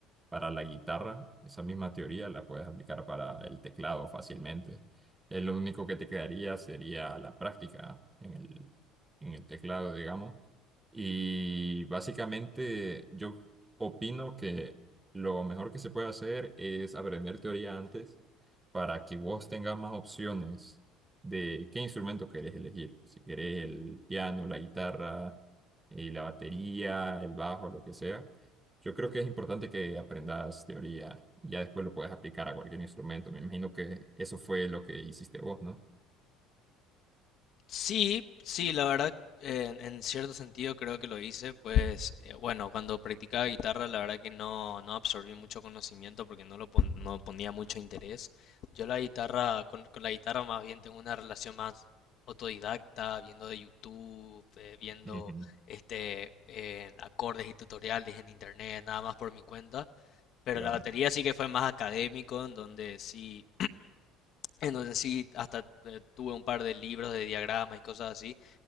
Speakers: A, on the right; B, on the left.
A: para la guitarra, esa misma teoría la puedes aplicar para el teclado fácilmente. Eh, lo único que te quedaría sería la práctica en el, en el teclado, digamos. Y básicamente yo opino que lo mejor que se puede hacer es aprender teoría antes para que vos tengas más opciones de qué instrumentos querés elegir. Si querés el piano, la guitarra, eh, la batería, el bajo, lo que sea. Yo creo que es importante que aprendas teoría y ya después lo puedes aplicar a cualquier instrumento. Me imagino que eso fue lo que hiciste vos, ¿no?
B: Sí, sí, la verdad, eh, en cierto sentido creo que lo hice, pues eh, bueno, cuando practicaba guitarra la verdad que no, no absorbí mucho conocimiento porque no lo pon- no ponía mucho interés. Yo la guitarra, con, con la guitarra más bien tengo una relación más autodidacta, viendo de YouTube, eh, viendo
A: Ujú,
B: este eh, acordes y tutoriales en internet, nada más por mi cuenta. Pero
A: claro.
B: la batería sí que fue más académico, en donde sí, en donde sí hasta eh, tuve un par de libros de diagramas y cosas así